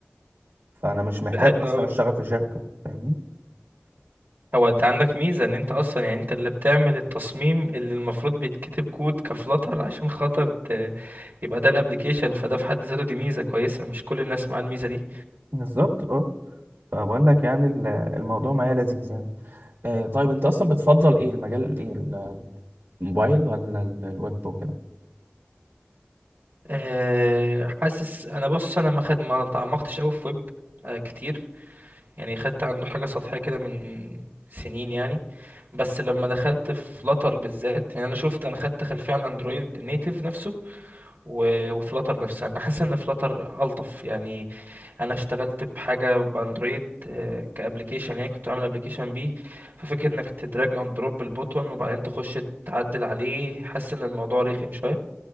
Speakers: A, on the right; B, on the right.
A: فانا مش محتاج
B: ده حلو
A: اصلا
B: أوي
A: اشتغل في شركه فاهمني
B: هو انت عندك ميزة ان انت اصلا يعني انت اللي بتعمل التصميم اللي المفروض بيتكتب كود كفلتر عشان خاطر ت... يبقى ده الابليكيشن فده في حد ذاته دي ميزة كويسة مش كل الناس معاها الميزة دي
A: بالظبط اه فبقول لك يعني ال- الموضوع معايا لذيذ يعني آه، طيب انت اصلا بتفضل ايه المجال ايه الموبايل ولا ال- الويب وكده
B: أه حاسس انا بص انا ما خد ما تعمقتش قوي في ويب أه كتير يعني خدت عنده حاجة سطحية كده من سنين يعني بس لما دخلت في فلاتر بالذات يعني انا شفت انا خدت خلفية عن اندرويد نيتيف نفسه و... وفلاتر نفسها انا حاسس ان فلاتر الطف يعني انا اشتغلت بحاجه باندرويد آه، كابليكيشن يعني كنت عامل ابليكيشن بيه ففكره انك تدراج اند دروب البوتون وبعدين تخش تعدل عليه حاسس ان الموضوع رخم شويه